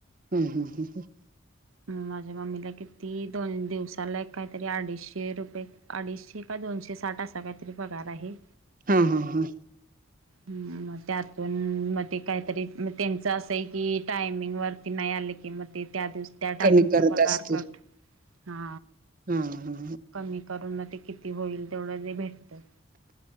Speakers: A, on the right; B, on the right.
A: हं हं ह ह
B: माझ्या मम्मीला किती दोन दिवसाला एक काहीतरी अडीचशे रुपये. अडीचशे का दोनशे साठ असा काहीतरी पगार आहे.
A: हा हा हा
B: मग त्यातून मग ते काहीतरी त्यांचं असं आहे की टायमिंग वरती नाही आले की कि म ते त्या दिवस. त्या टाइमिंगच
A: कमी करत
B: पगार
A: असतील
B: कट हा
A: हा हा
B: कमी. करूना ते किती होईल तेवढं जे भेटतात.